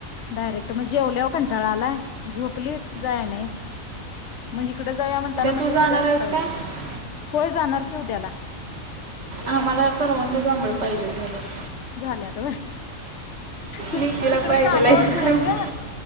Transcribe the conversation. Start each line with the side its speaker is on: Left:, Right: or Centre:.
Left: डायरेक्ट. मग जेवल्यावर कंटाळा आला झोपलीत जाय नाईत मग इथ- तिकडे जावा म्हणताना म्हटल
Right: तू जाणार
Left: उद्या सकाळी
Right: आहेस काय
Left: जाव- होय, जाणार की उद्याला.
Right: आ -मला करवंद जांभूळ - पाहिजई झालं-
Left: झाल्यात <unintelligible>
Right: लिकीला
Left: तिकड
Right: पाहिजे
Left: कामावर
Right: आहे
Left: नाही
Right: करवंद
Left: ग,